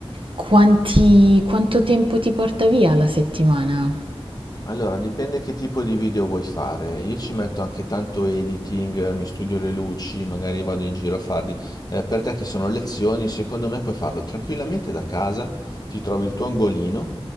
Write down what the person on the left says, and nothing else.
Allora, dipende che tipo di video vuoi fare. Io ci metto anche tanto editing, mi studio le luci, magari vado in giro a farli. Eh, per te che sono lezioni, secondo me puoi farlo tranquillamente da casa, ti trovi il tuo angolino,